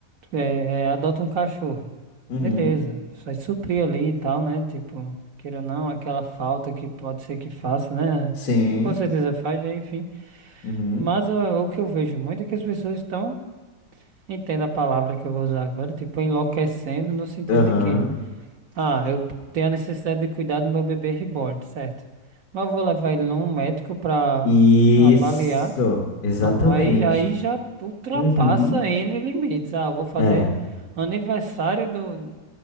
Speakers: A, on the right; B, on the left.
A: é, é, adota um cachorro.
B: Uhum.
A: Beleza. Vai suprir ali e tal, né? Tipo, queira ou não, aquela falta que pode ser que faça, né?
B: Sim.
A: Que com certeza faz, né? Enfim.
B: Uhum.
A: Mas ó, o que eu vejo muito é que as pessoas estão, entenda a palavra que eu vou usar agora, tipo, enlouquecendo no sentido
B: Aham.
A: de quê? Ah, eu tenho a necessidade de cuidar do meu bebê reborn, certo? Mas eu vou levar ele num médico pra
B: Isso,
A: avaliar.
B: exatamente.
A: Não, aí, aí já ultrapassa
B: Uhum.
A: N limites. Ah, eu vou fazer
B: É.
A: aniversário do.